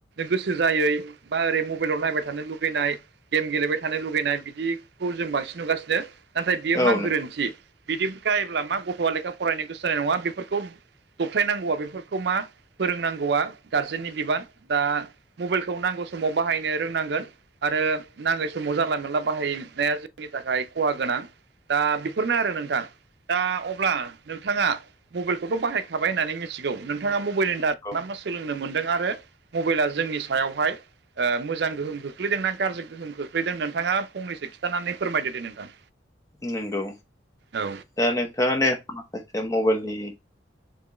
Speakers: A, on the right (about 60°); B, on the left (about 15°).
A: गोसो जायै बा ओरै मबाइलाव नायबाय थानो लुबैनाय गेम गेलेबाय थानो लुुबैनाय बिदिखौ जों बांसिन नुगासिनो नाथाय बियो
B: औ
A: मा गोरोन्थि बिदि गायोब्ला मा गथ'आ लेखा फरायनो गोसो जानाय नङा बेफोरखौ दबथायनांगौआ बेफोरखौ मा फोरोंनांगौआ गारजेननि बिबान दा। मबाइलखौ नांगौ समाव बाहायनो रोंनांगोन। आरो नाङै समाव जानला मोनला बाहायनाया जोंनि थाखाय खहा गोनां। दा बेफोरनो आरो नोंथां दा अब्ला नोंथाङा मबाइलखौथ' बाहायखाबाय होननानै मिथिगौ नोंथाङा मबाइलनि दा
B: नंगौ
A: मा सोलोंनो मोन्दों आरो मबाइला जोंनि सायावहाय मोजां गोहोम खोख्लैदोंना गाज्रि गोहोम खोख्लैदों नोंथाङा फंनैसो खिन्थानानै फोरमायदो दे नोंथां।
B: नंगौ
A: औ
B: दा नोंथाङानो माखासे मबाइलनि